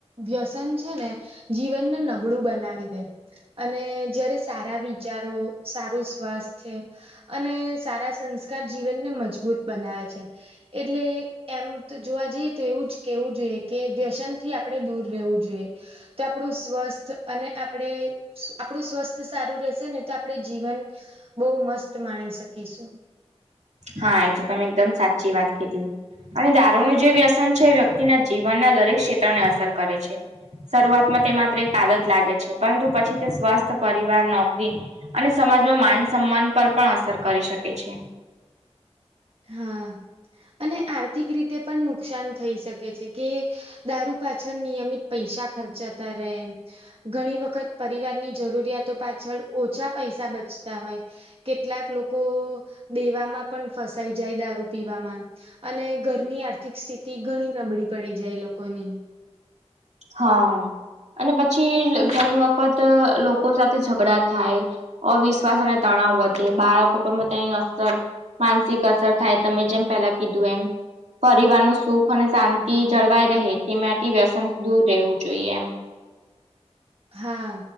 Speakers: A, on the right; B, on the right.
A: વ્યસન છેને, જીવનને નબળું બનાવી દે અને જયારે સારા વિચારો સારું સ્વાસ્થ્ય અને સારા સંસ્કાર જીવનને મજબૂત બનાવે છે એટલે એમ તો જોવા જઈએ તો એવું જ કેવું જોઈએ, કે વ્યસન થી આપણે દૂર રહેવું જોઈએ. તો આપણું સ્વસ્થ અને આપણેે આપણું સ્વસ્થ સારું રહેશે, ને તો આપણે જીવન બહુ મસ્ત માણી શકીશુ
B: હા એ તો તમે એકદમ સાચી વાત કીધી અને દારૂનું જે વ્યસન છે વ્યક્તિના જીવનના દરેક ક્ષેત્રને અસર કરે છે. શરૂઆતમાં તે માત્ર એક આદત લાગે છે, પરંતુ પછી તે સ્વસ્થ પરિવાર નોકરી અને સમાજમાં માન સન્માન પર પણ અસર કરી શકે છે.
A: હા અને આર્થિક રીતે પણ નુકસાન થઈ શકે છે. કે દારૂ પાછળ નિયમિત પૈસા ખર્ચાતા રહે ઘણી વખત પરિવારની જરૂરિયાતો પાછળ ઓછા પૈસા બચતા હોય. કેટલાક લોકો દેવામાં પણ ફસાઈ જાય દારૂ પીવામાં અને ઘરની આર્થિક સ્થિતિ ઘણી નબળી પડી જાય લોકોની
B: હા અને પછી ઘણી વખત લોકો સાથે ઝઘડા થાય. અવિશ્વાસ અને તણાવ વધે બાળકો પર તેની અસર માનસિક અસર થાય તમે જેમ પેલા કીધું એમ પરિવાર ન સુખ અને શાંતિ જળવાય રહે, તે માટેથી વ્યસન દૂર રહેવું જોઈએ એમ
A: હા